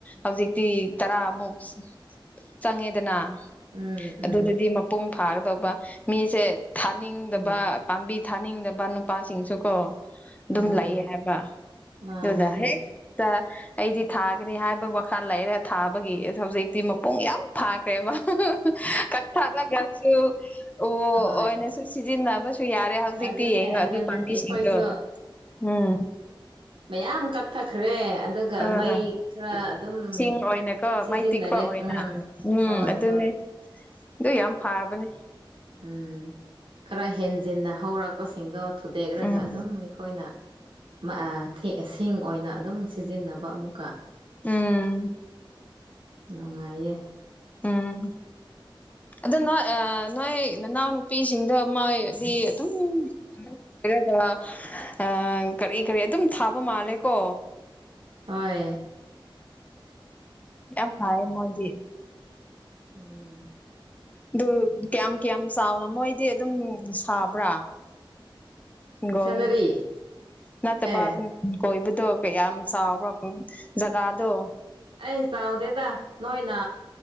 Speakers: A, on the left; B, on the right.
A: ꯍꯧꯖꯤꯛ ꯇꯤ ꯇꯔꯥꯃꯨꯛ ꯆꯪꯉꯦꯗꯅ
B: ꯎꯝ ꯎꯝ
A: ꯑꯗꯨꯗꯗꯤ ꯃꯄꯨꯡ ꯐꯥꯒꯗꯧꯕ ꯃꯤꯁꯦ ꯊꯥꯅꯤꯡꯗꯕ
B: ꯎꯝ
A: ꯄꯥꯝꯕꯤ ꯊꯥꯅꯤꯡꯗꯕ ꯅꯨꯄꯥꯁꯤꯡꯁꯨ ꯀꯣ
B: ꯎꯝ
A: ꯑꯗꯨꯝ ꯂꯩꯌꯦ ꯍꯥꯏꯕ
B: ꯃꯥꯅꯦ
A: ꯑꯗꯨꯗ
B: ꯍꯣꯏ
A: ꯍꯦꯛꯇ ꯑꯩꯗꯤ ꯊꯥꯒꯅꯤ ꯍꯥꯏꯕ ꯋꯥꯈꯜ ꯂꯩꯔꯒ ꯊꯥꯕꯒꯤ ꯍꯧꯖꯤꯛꯇꯤ ꯃꯄꯨꯡ ꯌꯥꯝ ꯐꯥꯈ꯭ꯔꯦꯕ ꯀꯛꯊꯥꯠꯂꯒꯁꯨ ꯑꯣ
B: ꯍꯣꯏ
A: ꯑꯣꯏꯅꯁꯨ ꯁꯤꯖꯤꯟꯅꯕ ꯁꯨ ꯌꯥꯔꯦ ꯍꯧꯖꯤꯛꯇꯤ
B: ꯑꯗꯨꯅꯦ
A: ꯌꯦꯡꯉꯒ
B: ꯑꯗꯨꯅꯦ
A: ꯑꯗꯨ ꯄꯥꯝꯕꯤꯁꯤꯡꯗꯣ
B: ꯑꯩꯈꯣꯏꯁꯨ
A: ꯎꯝ
B: ꯃꯌꯥꯝ ꯀꯛꯊꯠꯈ꯭ꯔꯦ ꯑꯗꯨꯒ
A: ꯑꯥ
B: ꯃꯩ ꯈꯔ ꯑꯗꯨꯝ
A: ꯁꯤꯡ ꯑꯣꯏꯅꯀꯣ
B: ꯁꯤꯖꯤꯟꯅꯔꯦ
A: ꯃꯩ ꯇꯤꯛꯄ ꯑꯣꯏꯅ
B: ꯎꯝ
A: ꯎꯝ
B: ꯍꯣꯏ
A: ꯑꯗꯨꯅꯦ
B: ꯍꯣꯏ
A: ꯑꯗꯨ ꯌꯥꯝ ꯐꯥꯕꯅꯦ
B: ꯎꯝ ꯈꯔ ꯍꯦꯟ ꯖꯤꯟꯅ ꯍꯧꯔꯛꯄꯁꯤꯡꯗꯣ ꯊꯨꯗꯦꯛꯔꯒ
A: ꯎꯝ
B: ꯑꯗꯨꯝ ꯑꯩꯈꯣꯏꯅ ꯃꯑꯥ ꯁꯤꯡ ꯑꯣꯏꯅ ꯑꯗꯨꯝ ꯁꯤꯖꯤꯟꯅꯕ ꯑꯃꯨꯛꯀ
A: ꯎꯝ
B: ꯅꯨꯡꯉꯥꯏꯌꯦ
A: ꯎꯝ ꯑꯗꯣ ꯅꯣꯏ ꯅꯣꯏ ꯅꯅꯥꯎꯅꯨꯄꯤꯁꯤꯡꯗꯣ ꯃꯣꯏꯗꯤ ꯑꯗꯨꯝ ꯍꯥꯏꯔꯒ ꯑ ꯀꯔꯤ ꯀꯔꯤ ꯑꯗꯨꯝ ꯊꯥꯕ ꯃꯥꯜꯂꯦ ꯀꯣ
B: ꯍꯣꯏ
A: ꯌꯥꯝ ꯐꯩꯌꯦ ꯃꯣꯏꯗꯤ
B: ꯎꯝ
A: ꯑꯗꯨ ꯀꯌꯥꯝ ꯀꯌꯥꯝ ꯆꯥꯎꯅ ꯃꯣꯏꯗꯤ ꯑꯗꯨꯝ ꯁꯥꯕ꯭ꯔꯥ ꯍꯤꯡꯒꯣꯜ
B: ꯁꯦꯂꯔꯤ
A: ꯅꯠꯇꯕ
B: ꯑꯦ
A: <unintelligible> ꯀꯌꯥꯝ ꯆꯥꯎꯕ꯭ꯔ ꯖꯒꯥꯗꯣ
B: ꯑꯩ ꯆꯥꯎꯗꯦꯗ ꯅꯣꯏꯅ